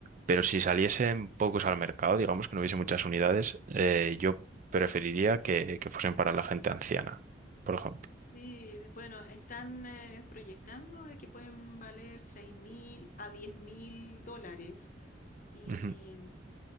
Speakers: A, on the right; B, on the left.
A: Pero si saliesen pocos al mercado, digamos que no hubiese muchas unidades, eh, yo preferiría que, que fuesen para la gente anciana, por ejemplo.
B: Sí, bueno, están eh, proyectando de que pueden valer seis mil a diez mil dólares. Y,
A: Ujú,